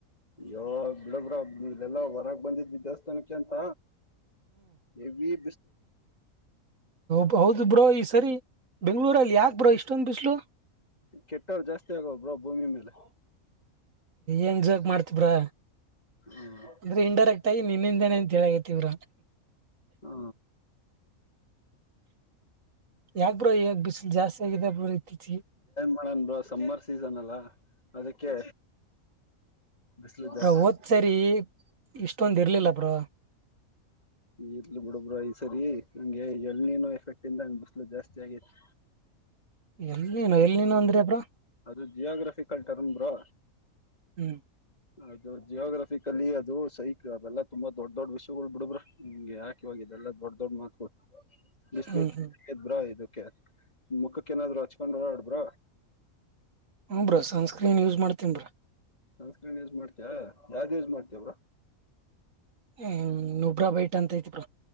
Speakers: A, on the left (about 30°); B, on the right (about 70°).
A: ಯಯ ಬಿಡಬ್ರ ಇಲ್ಲಲ್ಲಾ ಹೊರಾಗ ಬಂದಿದ್ವಿ ದೇವಸ್ಥಾನಕ್ಕೆ ಅಂತ ಎ ಇ
B: ಬ ಹೌದು ಬ್ರೋ ಈ ಸರಿ ಬೆಂಗ್ಳೂರಲ್ಲಿ ಯಾಕ್ ಬರೋ ಇಷ್ಟೊಂದು ಬಿಸ್ಲು
A: ಕೆಟ್ಟವ್ರು ಜಾಸ್ತಿ ಆಗ ಬ್ರ ಭೂಮಿ ಮೇಲೆ
B: ಏನ್ ಜೋಕ್ ಮಾಡ್ತಬ್ರಾ
A: ಹ್ಮ್
B: ಅಂದ್ರೆ ಇನ್ಂಡೈರೆಕ್ಟ್ಗ ನಿನ್ನಿಂದನ ಎಂತಗೇತಿವ್ರಾ
A: ಹಾ
B: ಯಾಕ ಬ್ರ ಈ ಬಿಸಿಲು ಜಾಸ್ತಿ ಆಗಿದೆ ಹರತಿಚ
A: ನನ್ ಸಮ್ಮರ್ ಸೀಸನ್ ಅಲ್ಲ ಅದಕ್ಕೆ ಬಿಸಿಲು ಜಾಸ್ತಿ
B: ಅ ಹಓದ್ ಸರಿ ಇಷ್ಟೊಂದ್ ಇರ್ಲಿಲ್ಲಪ್ರ
A: ಈಲು ಬಿಡಬ್ರ ಈ ಸರಿ ಹಂಗೆ ಎಣನು ಎಫೆಕ್ಟ್ ಇಂದ ಹಂಗ ಬಿಸ್ಲು ಜಾಸ್ತಿ ಆಗೇತಿ
B: ಎಲ್ಲಿನೋ ಎಲ್ಲಿನೋ ಅಂದ್ರಿ ಅಬ್ರಾ
A: ಅದು ಜಿಯೋಗ್ರಫಿಕಲ್ ಟರ್ನ್ ಬಾ
B: ಹ್ಮ್
A: ಅದು ಜಿಯೋಗ್ರಫಿಕಲಿ ಅದು ಸೈಕ್ ಅವೆಲ್ಲಾ ತುಂಬಾ ದೊಡ್ ದೊಡ್ ವಿಷಯಗಳು ಬಿಡಬ್ರ ನಿಮ್ಗೆ ಯಾಕೆಿವಾಗ ಇದೆಲ್ಲಾ ದೊಡ್ ದೊಡ್ ಮಾತ್ಗಳು ಬಿಸಿ್ಲು್ರ
B: ಹ್ಮ್ ಹ್ಮ್
A: ಇದು ಮುಖಕ್ಕ ಏನಾದ್ರು ಹಚ್ಕೊಂಡ್ ಾಡ್ಬ್ರ
B: ಹ ಬ್ರಾ ಸನ್ಸ್ಕ್ರೀನ್ ಯೂಸ್ ಮಾಡ್ತನ್ ಬ್ರಾ
A: ಸಂಸ್ಕ್ರೀರಣ ಯೂಸ್ ಮಾಡ್ತಯ ಯಾವ್ದ್ ಯೂಸ್ ಮಾಡ್ತವ್ರ
B: ಹ್ಮ ನೊಬ್ರ ಬೈಟ್ ಅಂತ ತಿ್ರ